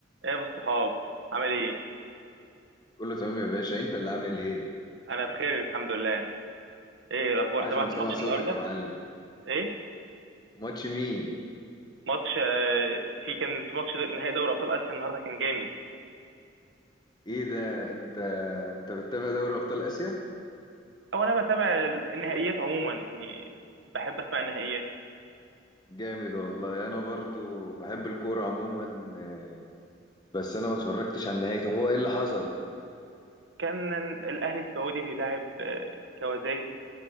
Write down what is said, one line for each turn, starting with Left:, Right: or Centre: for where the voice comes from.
Right: ايه يا ابو الصحاب عامل ايه
Left: كله تمام يا باشا انت اللي عامل ايه
Right: انا بخير الحمد لله ايه الاخبار
Left: عاش
Right: سمعت
Left: من
Right: الماتش
Left: سمع صوتك
Right: النهارده
Left: يا معلم
Right: ايه
Left: ماتش مين
Right: ماتش آه، في كان في ماتش نهائي دوري ابطال اسيا النهارده كان جامد
Left: ايه ده انت انت بتتابع دوري ابطال اسيا
Right: او انا بتابع النهائيات عموما يعني بحب اسمع النهائيات
Left: جامد والله انا برضو بحب الكوره عموما آه، بس انا ما اتفرجتش على النهائي طب هو ايه اللي حصل
Right: كان الاهلي السعودي بيلاعب آه، كوازاكي